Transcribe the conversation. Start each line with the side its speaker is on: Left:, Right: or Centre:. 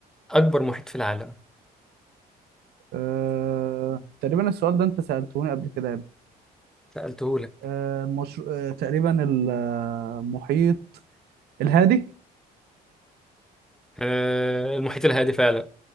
Centre: اكبر محيط في العالم
Right: أه... تقريبا السؤال ده انت سألتهوني قبل كده يا ابني
Centre: سألته لك
Right: أه... مش... أه... تقريبا المحيط الهادي
Centre: آه المحيط الهادي فعلا